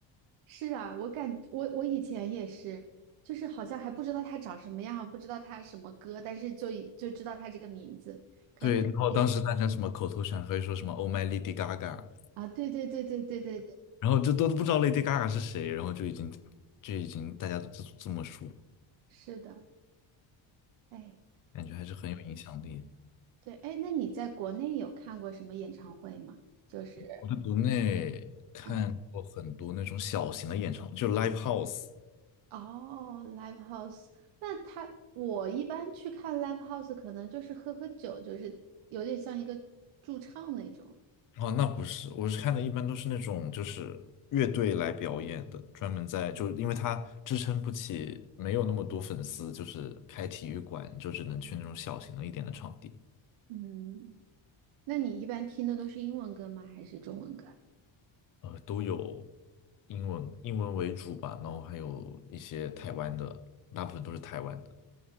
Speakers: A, on the right; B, on the left.
A: 是啊，我感我我以前也是，就是好像还不知道他长什么样，不知道他什么歌，但是就已就知道他这个名字，可能他也是
B: 对，然后当时大家什么口头禅可以说什么 “Oh my Lady Gaga”，
A: 啊，对对对对对对对，
B: 然后这都不知道 Lady Gaga 是谁，然后就已经就已经大家都这这么说，
A: 是的，哎，
B: 感觉还是很有影响力。
A: 对，哎，那你在国内有看过什么演唱会吗？就是，
B: 我在国内看过很多那种小型的演唱会，
A: 嗯，
B: 就 live house。
A: 哦，live house，那他我一般去看 live house，可能就是喝喝酒，就是有点像一个驻唱那种，
B: 哦，那不是，我是看的一般都是那种就是乐队来表演的，专门在就因为他支撑不起，没有那么多粉丝，就是开体育馆就只能去那种小型的一点的场地。
A: 嗯，那你一般听的都是英文歌吗？还是中文歌？
B: 呃，都有英文英文为主吧，然后还有一些台湾的，大部分都是台湾的。